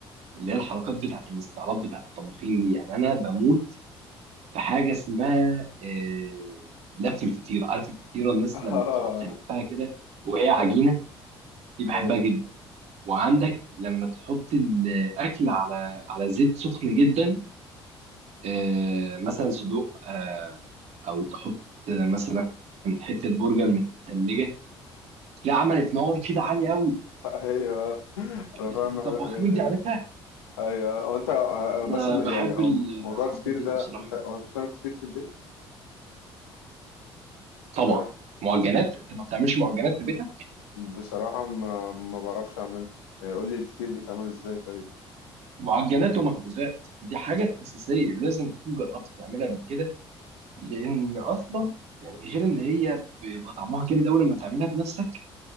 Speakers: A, on the right; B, on the left.
A: اللي هي الحركات بتاعة الاستعراض بتاعة الطباخين دي يعني أنا بموت في حاجة اسمها آه، لف الفطيرة عارف الفطيرة الناس
B: <laughs>
A: لما بتقعد تلفها
B: اه
A: كده وهي عجينة
B: ايوه
A: دي بحبها
B: ايوه
A: جدا وعندك لما تحط الأكل على على زيت سخن جدا آه، مثلا صدوق آه، أو تحط مثلا حتة برجر متلجة لا عملت نار كده عالية قوي
B: ايوه انا
A: بتاعة
B: فعلا
A: الطباخين
B: بحب الحاجات دي
A: دي عارفها
B: ايوه هو انت
A: انا
B: بس يعني
A: بحب
B: هو موضوع
A: الحركات
B: الفطير
A: دي
B: ده
A: قوي بصراحه
B: انت هو انت بتعمل فطير في البيت؟
A: طبعا
B: تعرف
A: معجنات انت ما بتعملش معجنات في بيتك
B: بصراحة ما ما بعرفش اعمل يعني قول لي الفطير بيتعمل ازاي طيب
A: معجنات ومخبوزات دي حاجه اساسيه لازم تكون جربت تعملها قبل كده لان اصلا يعني غير ان هي بيبقى طعمها جامد قوي لما تعملها بنفسك